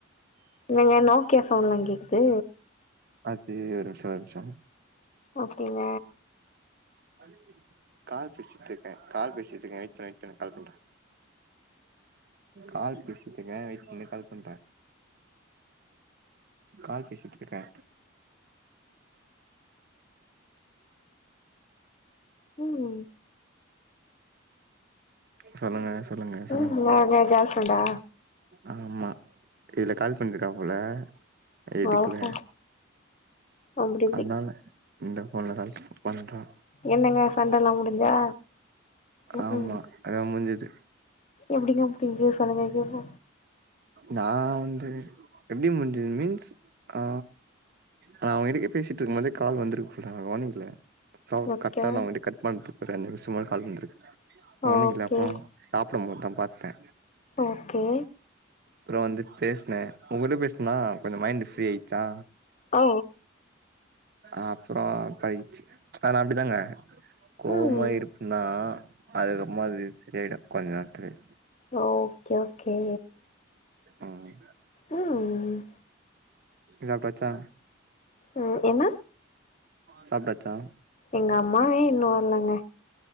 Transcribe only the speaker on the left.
என்னங்க நோக்கியா ஃபோன்லா கேக்கிது
ஓகேங்க
ம்
என்ன உங்க கேர்ள் ஃப்ரெண்டா
ஓஹோ அப்டி இப்டி
என்னங்க சண்டல்லா முடிஞ்சா ம்
ம்
எப்டிங்க முடிஞ்ச்சி சொல்லுங்க கேப்போ
ஓகே
ஓகே
ஓகே
ஔ
ம்
ஓகே ஓகே
ம்
ம் என்ன
எங்க அம்மாவே இன்னு வரலங்க